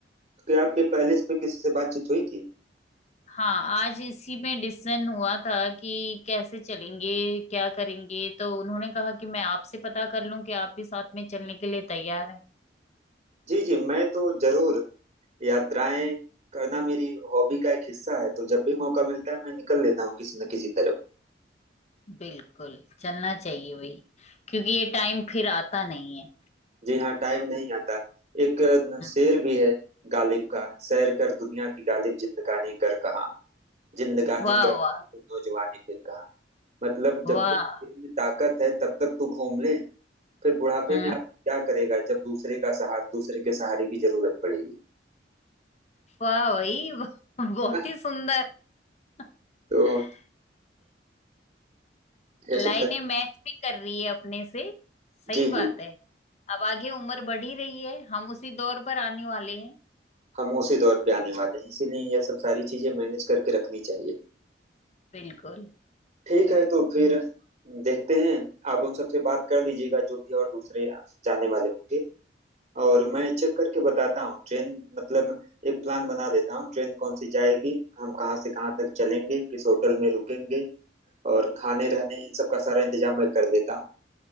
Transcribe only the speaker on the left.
हाँ आज इसी में डिसीजन हुआ था कि कैसे चलेंगे क्या करेंगे तो उन्होंने कहा कि मैं आपसे पता कर लूं कि आप भी साथ में चलने के लिए तैयार हैं
बिल्कुल चलना चाहिए वही क्योंकि ये टाइम फिर आता नहीं है
हम्म।
वाह
वाह
वाह
हाँ
वाह वही बहुत
ही सुंदर बिल्कुल
लाइनें
मैच भी कर रही है अपने से सही
बात है अब आगे उम्र बढ़ी रही है हम उसी दौर पर आने वाले हैं
बिल्कुल